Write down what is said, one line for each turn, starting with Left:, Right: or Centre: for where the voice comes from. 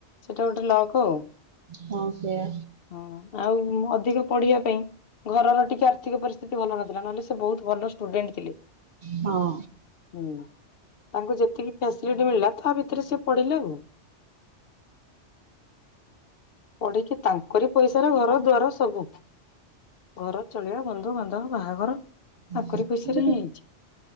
Left: ସେଟା ଗୋଟେ ଲଗ ଆଉ।
Right: ହଁ ସେଇଆ
Left: ହଁ ଆଉ ଅଧିକ ପଢିବା ପାଇଁ ଘରର ଟିକେ ଆର୍ଥିକ ପରିସ୍ଥିତି ଭଲ ନଥିଲା, ନହେଲେ ସେ ବହୁତ ଭଲ ଷ୍ଟୁଡେଣ୍ଟ ଥିଲେ।
Right: ହଁ।
Left: ହୁଁ। ତାଙ୍କୁ ଯେତିକି ଫ୍ୟାସିଲିଟି ମିଳିଲା ତା ଭିତରେ ସିଏ ପଢିଲେ ଆଉ। ପଢିକି ତାଙ୍କରି ପଇସାର ଘର ଦ୍ବାର ସବୁ। ଘର ଚଳିବା, ବନ୍ଧୁବାନ୍ଧବ, ବାହାଘର
Right: <unintelligible>
Left: ତାଙ୍କରି ପଇସାରେ ହିଁ ହେଇଛି।